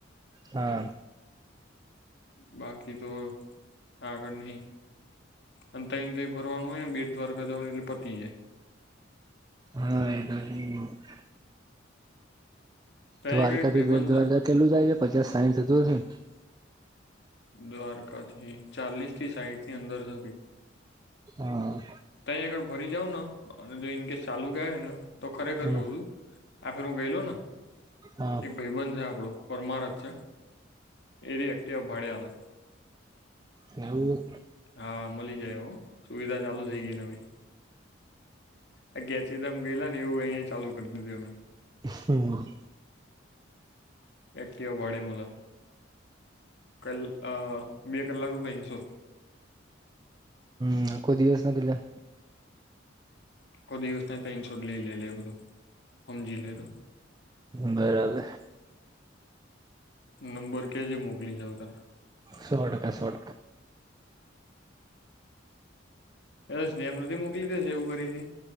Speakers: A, on the right; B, on the left.
A: હા.
B: બાકી તો આગળ નહીં. અને તઈન તઈન ભરવાનું હોયને બેટ દ્વારકા જવાનું એટલે પતી જાય.
A: હા એ તો <inaudible>
B: ત્યાં
A: દ્વારકાથી
B: આગળ એક ભાઈબંધ
A: બેટ દ્વારકા
B: છે
A: કેટલું જાય હે પચાસ સાઈઠ થતું હશેને?
B: દ્વારકાથી ચાલીસથી સાઈઠની અંદર છે કંઈક
A: અ હા.
B: તહીં આગળ ભરી જાવન અને જો ઈન કેસ ચાલુ ગયા હોય ને તો ખરેખર
A: હમ
B: કઉ છું આ ફરી હું ગયલોને
A: હા
B: એક ભઈબંધ છે આપડો પરમાર જ છે. એરી એક્ટવા ભાડે આલે.
A: એવું
B: હા મલી જાય હો સુવિધા ચાલુ થઈ ગઈ નવી. અ ગેચીધામ ગયેલાને એવું અહીંયા ચાલુ કરી દીધું એમણે.
A: હમ્મ.
B: એક્ટવા ભાડે મલે ક અ બે કલાકના તઈન સો.
A: ને આખો દિવસના કેટલા?
B: આખો દિવસનાય તઈન સો જ લઈ લે લે બધું હમજી લે તો.
A: બરાબર.
B: નંબર કેજે મોકલી જાઉતો
A: સો ટકા સા
B: એ સ્નેપ નથી મોકલી દેશે એવું કરીને